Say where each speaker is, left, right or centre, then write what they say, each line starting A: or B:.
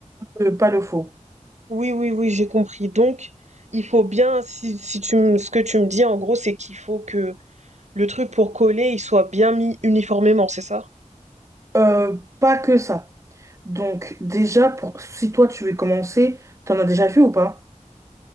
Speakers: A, on the right (about 25°); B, on the right (about 60°).
A: ongle, pas le faux.
B: Oui, oui, oui, j'ai compris. Donc, il faut bien, si, si tu me, ce que tu me dis, en gros, c'est qu'il faut que le truc pour coller, il soit bien mis uniformément, c'est ça?
A: Euh, pas que ça. Donc, déjà, pour si toi tu veux commencer, t'en as déjà vu ou pas?